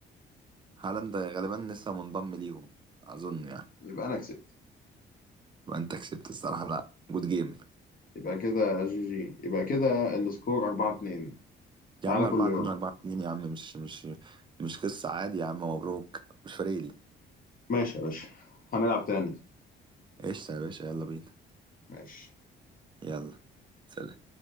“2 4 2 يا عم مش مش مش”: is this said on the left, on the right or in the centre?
Right